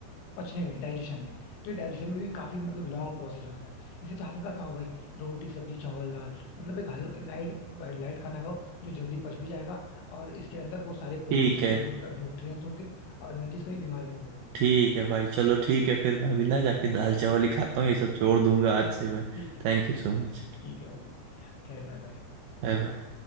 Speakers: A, on the left (about 80°); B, on the right (about 80°).
A: पचने में डाइजेशन में तो ये डाइजेशन में भी काफी मतलब लॉन्ग प्रोसेस होता है इसे तो हल्का खाओ भाई रोटी सब्जी चावल दाल मतलब एक हल्का लाइट लाइट खाना खाओ जो जल्दी पच भी जाएगा और इसके अंदर वो सारे प्रोटीन
B: ठीक है
A: न्यू, न्यूट्रिएंट्स होंगे और मेन चीज कभी बीमार भी नहीं पड़ोगे भाई
B: ठीक है भाई चलो ठीक है फिर मैं अभी ना जाके दाल चावल ही खाता हूँ ये सब छोड़ दूंगा आज से मैं
A: ठीक है
B: Thank you so much
A: ठीक है भाई क्या बाय बाय
B: Bye bye